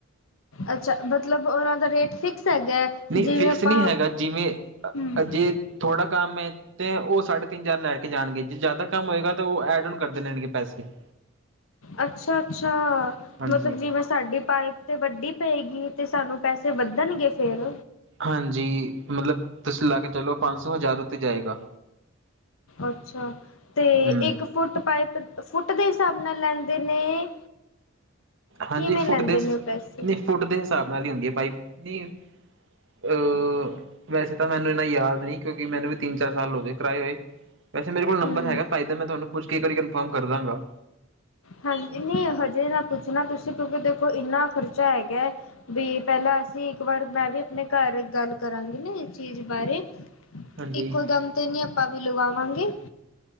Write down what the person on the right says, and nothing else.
ਨਹੀਂ
ਫਿਕਸ
ਨਹੀਂ ਹੈਗਾ, ਜਿਵੇਂ
ਜੇ ਥੋੜ੍ਹਾ ਕੰਮ ਹੈ। ਤੇ ਉਹ ਸਾਢੇ ਤਿੰਨ ਹਜ਼ਾਰ ਲੈ ਕੇ ਜਾਣਗੇ। ਜੇ ਜ਼ਿਆਦਾ ਕੰਮ ਹੋਏਗਾ, ਤਾਂ ਉਹ ਐਡ ਹੁਣ ਕਰਦੇ ਰੈਣਗੇ ਪੈਸੇ। <inaudible>
ਹਾਂਜੀ
ਹਾਂਜੀ, ਮਤਲਬ ਤੁਸੀਂ ਲਾ ਕੇ ਚਲੋ ਪੰਜ ਸੌ ਹਜ਼ਾਰ ਉੱਤੇ ਜਾਏਗਾ।
ਹਮ
ਹਾਂਜੀ,
ਫੁੱਟ
ਦੇ
ਨਹੀਂ ਫੁੱਟ ਦੇ ਹਿਸਾਬ ਨਾਲ ਹੀ ਹੁੰਦੀ ਹੈ। ਪਾਈਪ ਨਹੀਂ। ਅ ਵੈਸੇ ਤਾਂ ਮੈਨੂੰ ਇੰਨਾ ਯਾਦ ਨੀ ਕਿਉਂਕਿ ਮੈਨੂੰ ਵੀ ਤਿੰਨ ਚਾਰ ਸਾਲ ਹੋ ਗੇ ਕਰਾਏ ਹੋਏ। ਵੈਸੇ ਮੇਰੇ ਕੋਲ ਨੰਬਰ
ਹੈਗਾ, ਭਾਈ ਦਾ ਮੈਂ ਤੁਹਾਨੂੰ ਪੁੱਛ ਕੇ ਇੱਕ ਵਾਰੀ ਕਨਫਰਮ ਕਰਾਂਗਾ।
ਹਾਂਜੀ।